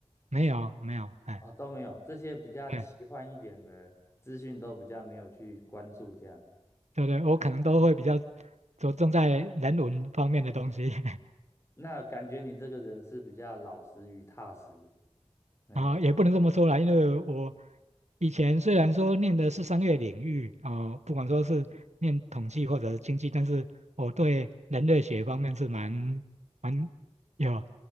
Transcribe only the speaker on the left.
啊？都没有，这些比较奇幻一点的资讯都比较没有去关注。
这样，
那感觉你这个人是比较老实与踏实。哎，
嗯，